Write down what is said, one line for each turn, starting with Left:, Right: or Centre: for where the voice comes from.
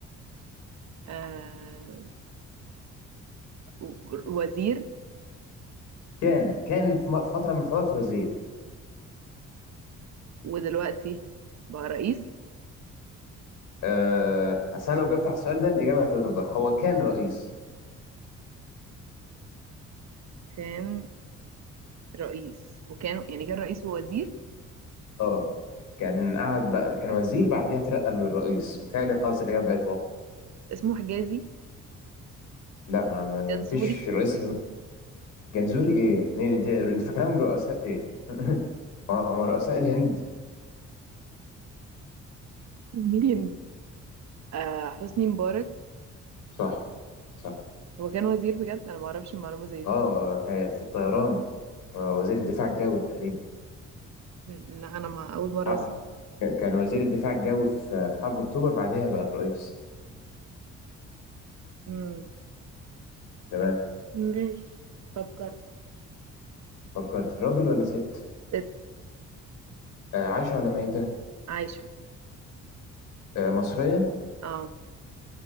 Right: آه و- وزير
Left: كان كان في م- فترة من الفترات وزير
Right: ودلوقتي بقى رئيس
Left: أه... أصل أنا لو جبت على السؤال ده الإجابة هتوضح هو كان رئيس
Right: كان رئيس وكانوا يعني كان رئيس ووزير
Left: اه كان قاعد بقى كان وزير بعديها اترقى للرئيس متهيألي خلاص الإجابة بقت واضحة
Right: اسمه حجازي
Left: لا ما ما-
Right: جزوري
Left: مفيش رئيس جنزوري ايه؟ مين انت انت فاكرهم رؤساء ايه؟ <laughs> آه، هم رؤساء الهند
Right: مين آه حسني مبارك
Left: صح صح
Right: هو كان وزير بجد انا ما اعرفش المعلومه زي دي
Left: اه آه، في الطيران آه، وزير الدفاع الجوي تقريبا
Right: م- لا انا ما اول مره
Left: آه،
Right: اسمع
Left: ك- كان وزير الدفاع الجوي في في حرب اكتوبر بعدها بقى الرئيس
Right: مم.
Left: تمام
Right: مش فكرت
Left: فكرت راجل ولا ست
Right: ست
Left: آه، عايشة ولا ميتة
Right: عايشه
Left: آه، مصرية
Right: اه